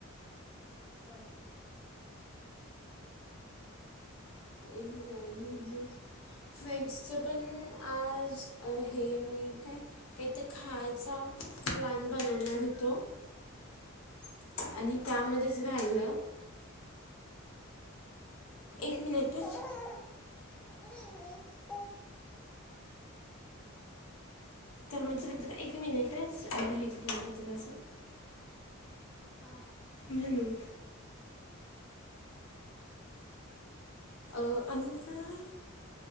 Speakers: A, in the centre; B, on the left.
A: होय.
B: <unintelligible> फ्रेंड्सचं पण आज हे मी काय? एक तं खायचा प्लॅन बनवणार होतो.
A: हा
B: आणि मध्येच राहिलं.
A: होय
B: एक मिनिट हं.
A: हा
B: तर म्हणे का एक मिनिटच हे बघून येतो जरासं.
A: हा
B: हम. आ- आणि काय?